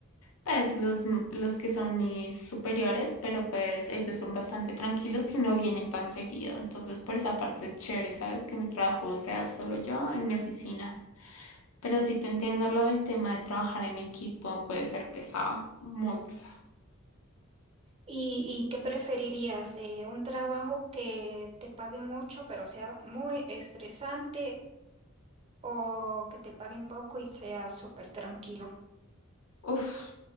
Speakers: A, on the left; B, on the right.
A: pues los, m- los que son mis superiores, pero pues ellos son bastante tranquilos y no vienen tan seguido. Entonces por esa parte es chévere, ¿sabes? Que mi trabajo sea solo yo en mi oficina. Pero sí te entiendo lo del tema de trabajar en equipo, puede ser pesado, muy pesado.
B: ¿Y, y qué preferirías? Eh, ¿un trabajo que te pague mucho pero sea muy estresante o que te paguen poco y seas súper tranquilo.
A: Uf,